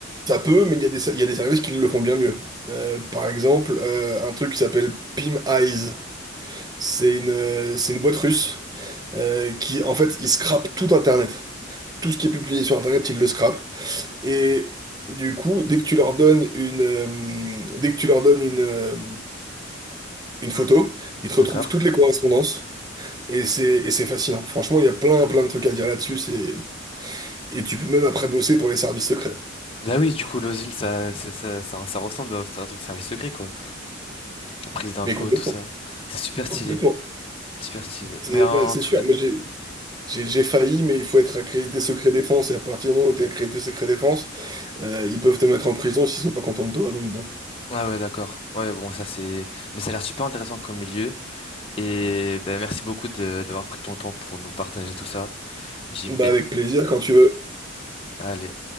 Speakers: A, on the right; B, on the left.
A: Ça peut, mais il y a des, il y a des services qui le font bien mieux. Euh, par exemple, euh, un truc qui s'appelle Pim Eyes. C'est une, euh, c'est une boîte russe euh, qui, en fait, ils scrapent tout Internet. Tout ce qui est publié sur Internet, ils le scrapent. Et du coup, dès que tu leur donnes une, euh, dès que tu leur donnes une, euh, une photo, ils te retrouvent
B: D'accord.
A: toutes les correspondances. Et c'est, et c'est fascinant. Franchement, il y a plein, plein de trucs à dire là-dessus. C'est, et tu peux même après bosser pour les services secrets.
B: Bah oui, du coup, l'osine, ça, ça, ça, ça, ça ressemble à un truc service secret, quoi. La prise d'infos,
A: Mais complètement,
B: tout ça. C'est super stylé.
A: complètement.
B: Super stylé.
A: C'est
B: Mais en
A: là, c'est
B: tout
A: sûr.
B: cas.
A: Moi, j'ai, j'ai j'ai failli, mais il faut être accrédité secret défense. Et à partir du moment où tu es accrédité secret défense, Euh, ils peuvent te mettre en prison s'ils sont pas contents de toi, donc bon.
B: Ah ouais, d'accord. Ouais, bon, ça c'est... Mais ça a l'air super intéressant comme milieu. Et ben, merci beaucoup de d'avoir pris ton temps pour nous partager tout ça. JB,
A: Bah avec plaisir quand tu veux.
B: allez.